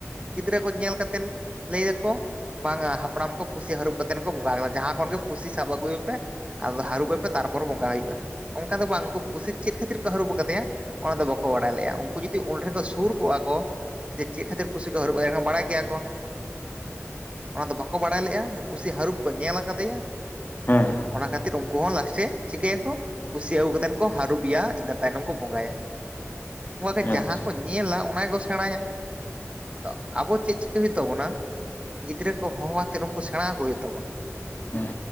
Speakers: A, on the right; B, on the left.
A: ᱜᱤᱫᱽᱨᱟᱹ ᱠᱚ ᱧᱮᱞ ᱠᱟᱛᱮᱱ ᱞᱟᱹᱭ ᱫᱟᱠᱚᱼᱼ ᱵᱟᱝᱟ ᱦᱟᱯᱲᱟᱢ ᱠᱚ ᱯᱩᱥᱤ ᱦᱟᱹᱨᱩᱵ ᱠᱟᱛᱮᱱ ᱠᱚ ᱵᱚᱸᱜᱟ ᱠᱟᱫᱟ ᱡᱟᱦᱟᱸ ᱠᱷᱚᱱ ᱜᱮ ᱯᱩᱥᱤ ᱥᱟᱵ ᱟᱹᱜᱩᱭᱮ ᱯᱮ ᱟᱫᱚ ᱦᱟᱹᱨᱩᱵ ᱮᱯᱮᱼᱼ ᱛᱟᱨᱯᱚᱨᱮ ᱵᱚᱸᱜᱟ ᱦᱩᱭᱩᱜᱼᱟ ᱚᱱᱠᱟ ᱫᱚ ᱵᱟᱝ ᱩᱱᱠᱩ ᱯᱩᱥᱤ ᱪᱮᱫ ᱠᱷᱟᱹᱛᱤᱨ ᱠᱚ ᱦᱟᱹᱨᱩᱵ ᱟᱠᱟᱫᱮᱭᱟ? ᱚᱱᱟ ᱫᱚ ᱵᱟᱠᱚ ᱵᱟᱲᱟᱭ ᱞᱮᱫᱼᱟ ᱩᱱᱠᱩ ᱡᱩᱫᱤ ᱚᱸᱰᱮ ᱴᱷᱮᱱ ᱠᱚ ᱥᱩᱨ ᱠᱚᱜᱼᱟ ᱠᱚᱼᱼ ᱡᱮ ᱪᱮᱫ ᱠᱷᱟᱹᱤᱨ ᱯᱩᱥᱤ ᱠᱚ ᱦᱟᱹᱨᱩᱵ ᱠᱟᱫᱮᱭᱟ ᱮᱸᱰᱮᱠᱷᱟᱱ ᱵᱟᱲᱟᱭ ᱜᱮᱭᱟ ᱠᱚᱼᱼ ᱚᱱᱟ ᱫᱚ ᱵᱟᱠᱚ ᱵᱟᱲᱟᱭ ᱞᱮᱜᱼᱟ ᱯᱩᱥᱤ ᱦᱟᱹᱨᱩᱵ ᱠᱚ ᱧᱮᱞ ᱟᱠᱟᱫᱮᱭᱟ
B: ᱦᱮᱸ
A: ᱚᱱᱟ ᱠᱷᱟᱹᱛᱤᱨ ᱩᱱᱠᱩ ᱦᱚᱸ ᱞᱟᱥᱼᱼ ᱥᱮ ᱪᱤᱠᱟᱹᱭᱟᱠᱚ ᱠᱩᱥᱤ ᱟᱹᱜᱩ ᱠᱟᱛᱮᱱ ᱠᱚ ᱦᱟᱹᱨᱩᱵᱤᱭᱟ ᱤᱱᱟᱹ ᱛᱟᱭᱱᱚᱢ ᱠᱚ ᱵᱚᱸᱜᱟᱭᱟ᱾ ᱚᱱᱠᱟ ᱜᱮ ᱡᱟᱦᱟᱸ
B: ᱟᱪᱪᱷᱟ
A: ᱠᱚ ᱧᱮᱞᱟ ᱚᱱᱟ ᱜᱮ ᱠᱚ ᱥᱮᱬᱟᱸᱭᱟ᱾ ᱟᱫᱚ ᱟᱵᱚ ᱪᱮᱫ ᱪᱤᱠᱟᱹᱭ ᱦᱩᱭᱩᱜ ᱛᱟᱵᱚᱱᱟ ᱜᱤᱫᱽᱨᱟᱹ ᱠᱚ ᱦᱚᱦᱚ ᱟᱛᱮᱫ ᱩᱱᱠᱩ ᱥᱮᱬᱟᱸ ᱟᱠᱚ ᱦᱩᱭᱩᱜ ᱛᱟᱵᱚᱱᱟ᱾
B: ᱦᱮᱸ